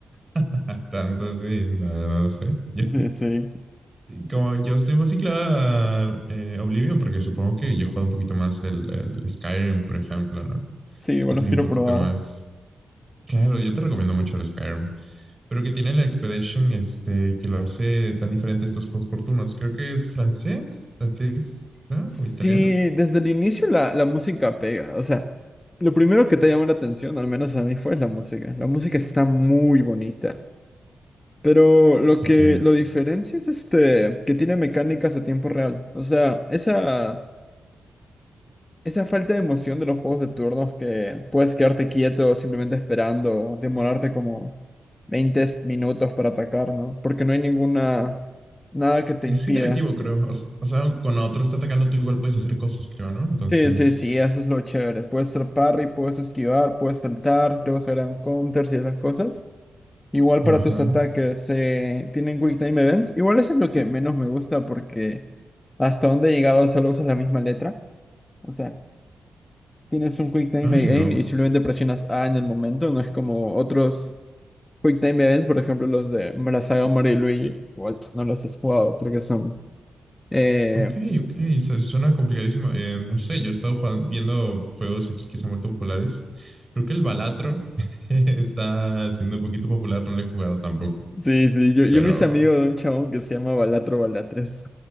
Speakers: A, on the right; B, on the left.
A: <laughs> tanto así, no, no sé. <laughs> Yo-
B: Sí, sí,
A: como yo estoy más ciclada a eh, Oblivion, porque supongo que yo he jugado un poquito más el, el Skyrim, por ejemplo, ¿no?
B: sí, igual
A: Yo soy
B: los quiero
A: un poquito
B: probar.
A: más. Claro, yo te recomiendo mucho el Skyrim, pero que tiene la Expedition, este, que lo hace tan diferente a estos juegos por turnos. Creo que es francés, francés, ¿no?
B: Sí,
A: O italiano.
B: desde el inicio la, la música pega, o sea, lo primero que te llama la atención, al menos a mí, fue la música. La música está muy bonita. Pero lo
A: Ok.
B: que lo diferencia es este que tiene mecánicas a tiempo real. O sea, esa, esa falta de emoción de los juegos de turnos que puedes quedarte quieto simplemente esperando, o demorarte como 20 minutos para atacar, ¿no? Porque no hay ninguna, nada que te
A: Es
B: impida.
A: interactivo, creo. O, s- o sea, cuando otro está atacando, tú igual puedes hacer cosas, creo, ¿no? Entonces,
B: Sí, sí, sí, eso es lo chévere. Puedes hacer parry, puedes esquivar, puedes saltar, luego se harán counters y esas cosas. Igual
A: ajá.
B: para tus ataques, eh, tienen Quick Time Events. Igual eso es lo que menos me gusta porque hasta donde he llegado solo usas la misma letra. O sea, tienes un Quick Time
A: Ay,
B: Event
A: no.
B: y simplemente presionas A en el momento. No es como otros Quick Time Events, por ejemplo, los de la saga Mario y Luigi. Igual tú no los has jugado porque son. eh,
A: Ok, ok. Se- suena complicadísimo. Eh, no sé, yo he estado jugando- viendo juegos aquí que se han vuelto populares. Creo que el Balatro <laughs> está siendo un poquito popular, no lo he jugado tampoco.
B: Sí, sí, yo, yo
A: Pero,
B: me hice amigo de un chabón que se llama Balatro Balatres.